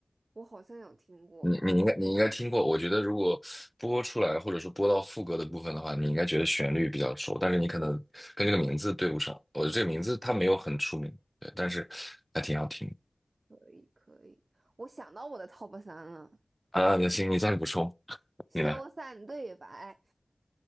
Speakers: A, on the right; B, in the centre.
A: 我好像有听过，
B: 你你应该你应该听过。我觉得如果播出来或者说播到副歌的部分的话，你应该觉得旋律比较熟，但是你可能跟这个名字对不上。我觉得这个名字它没有很出名，对，但是还挺好听的
A: 可以可以，我想到我的 top 三了，
B: 啊。那行，你再补充，你来。
A: 《消散对白》，